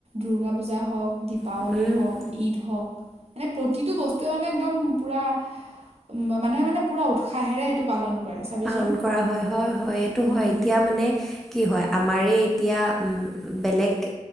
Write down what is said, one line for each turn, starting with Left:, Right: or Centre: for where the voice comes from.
Right: দুৰ্গা পূজা হ'ওক, দীপাৱলী
Centre: চব
Right: হ'ওক ঈদ হ'ওক মানে, প্ৰতিটো বস্তুৱে মানে একদম পুৰা উ, মানুহে মানে পুৰা উৎসাহেৰে এইটো পালন কৰে। চাবিচোন
Centre: পালন কৰা হয়, হয়, হয়, এইটো
Right: উম
Centre: হয় এতিয়া মানে কি হয় আমাৰেই এতিয়া উম, বেলেগ